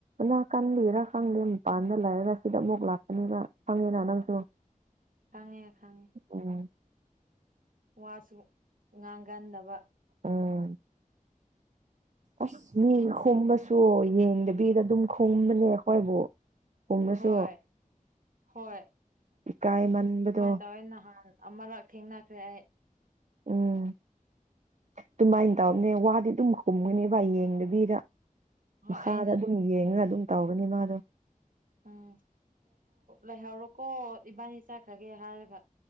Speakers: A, on the right; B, on the right.
A: ꯅꯀꯟꯗꯩꫪ ꯈꯪꯗꯦ ꯃꯤꯄꯥꯟꯗ ꯂꯩꯔꯒ ꯁꯤꯗ ꯃꯨꯛ ꯂꯥꯛꯄꯅꯤꯕ ꯈꯪꯉꯤꯅ ꯅꯪꯁꯨ
B: ꯈꯪꯉ‌ꯦ ꯈꯪꯉꯦ
A: ꯎꯝ
B: ꯋꯥꯁꯨ ꯉꯥꯡꯒꯟꯗꯕ
A: ꯎꯝ ꯑꯁ ꯃꯤ ꯈꯨꯝꯕꯁꯨ ꯌꯦꯡꯗꯕꯤꯗ ꯑꯗꯨꯝ ꯈꯨꯝꯕꯅꯦ ꯑꯩꯈꯣꯏꯕꯨ ꯈꯨꯝꯕꯁꯨ
B: ꯍꯣꯏ ꯍꯣꯏ ꯑꯗꯨꯃꯥꯏꯅ
A: ꯏꯀꯥꯏꯃꯟꯕꯗꯣ
B: ꯇꯧꯋꯦ ꯅꯍꯥꯟ ꯑꯃꯔꯛ ꯊꯦꯡꯅꯈ꯭ꯔꯦ ꯑꯩ
A: ꯎꯝ ꯑꯗꯨꯃꯥꯏꯅ ꯇꯧꯔꯅꯦ ꯋꯥꯗꯤ ꯑꯗꯨꯝ ꯈꯨꯝꯒꯅꯦꯕꯚ ꯌꯦꯡꯗꯕꯤꯗ
B: ꯍꯣꯏ
A: ꯃꯈꯥꯗ
B: ꯑꯩꯅ
A: ꯑꯗꯨꯝ ꯌꯦꯡꯉꯒ ꯑꯗꯨꯝ ꯇꯧꯒꯅꯤ ꯃꯥꯗꯣ
B: ꯎꯝ ꯂꯩꯍꯧꯔꯣꯀꯣ ꯏꯕꯥꯅꯤ ꯆꯠꯈ꯭ꯔꯒꯦ ꯍꯥꯏꯔꯒ